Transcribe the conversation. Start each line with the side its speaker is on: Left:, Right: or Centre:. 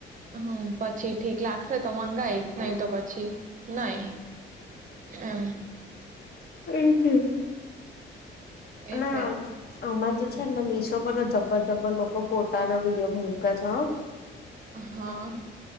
Right: હમ પછી ઠીક લાગશે તો મંગાઈશ નહી, તો પછી નઈ, એમ.
Left: એ જે -'
Right: એટલે
Left: ના આમાંર તો છે ને, મીશો બધા જબર જબ્બર લોકો ફોટા અને વિડીયો મુકે છે હો.
Right: હાઆઆ